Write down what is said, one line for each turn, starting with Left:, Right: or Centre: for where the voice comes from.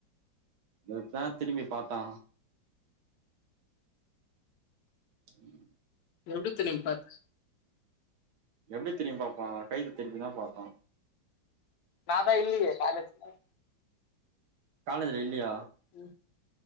Right: வெச்சா திரும்பி பாத்தா உம்
Left: எப்டி தெரியு பாத்
Right: எப்டி திரும் பாப்பா கைத திருபினா பாப்பா
Left: நாதா இல்லயே காலேஜ்ல
Right: காலேஜுல இல்யா
Left: ம்